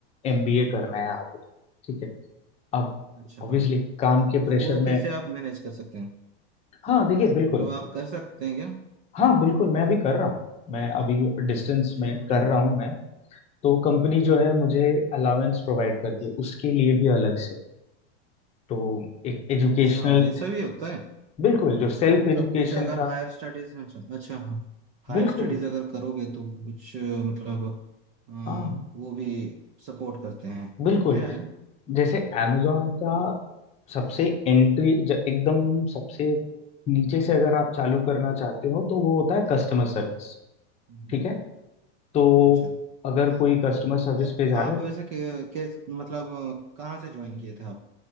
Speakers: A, on the left (about 20°); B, on the right (about 25°).
A: एमबीए करना है आगे ठीक है अब
B: अच्छा
A: ऑब्वियसली
B: हाँ
A: काम के
B: तो
A: प्रेशर
B: वो कैसे
A: में
B: आप मैनेज कर सकते हैं
A: हाँ देखिए बिल्कुल
B: मतलब आप कर सकते हैं क्या
A: हाँ बिल्कुल मैं अभी कर रहा हूँ मैं अभी डिस्टेंस
B: अच्छा
A: में
B: बढ़िया
A: कर रहा हूँ मैं तो कंपनी जो है मुझे अलाउंस प्रोवाइड करती है उसके लिए भी अलग से तो एक एजुकेशनल
B: अच्छा ऐसा भी होता है
A: बिल्कुल जो सेल्फ
B: मतलब
A: एजुकेशन
B: कुछ अगर
A: का
B: हायर स्टडीज अच्छा अच्छा हाँ हायर
A: बिल्कुल
B: स्टडीज अगर करोगे तो कुछ अ, मतलब अ,
A: हाँ
B: वो भी सपोर्ट करते हैं
A: बिल्कुल
B: बढ़िया है
A: जैसे amazon का सबसे एंट्री एकदम सबसे नीचे से अगर आप चालू करना चाहते हो तो वो होता है कस्टमर सर्विस
B: हम्म।
A: ठीक है तो
B: अच्छा
A: अगर कोई कस्टमर सर्विस
B: आप
A: पे जा रहा
B: आप
A: है
B: वैसे के, के मतलब अ, कहाँ से ज्वाइन किए थे आप